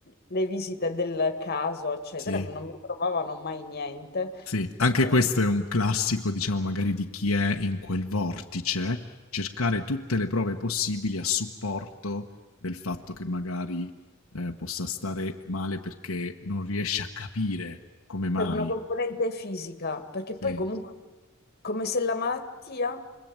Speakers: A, on the left; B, on the left.
A: le visite del caso, eccetera,
B: sì,
A: non mi trovavano mai niente.
B: sì. Anche
A: E poi
B: questo è un classico, diciamo, magari di chi è in quel vortice, cercare tutte le prove possibili a supporto del fatto che magari eh, possa stare male perché non riesce a capire come mai.
A: per una componente fisica, perché poi
B: Sì,
A: comunque come se la malattia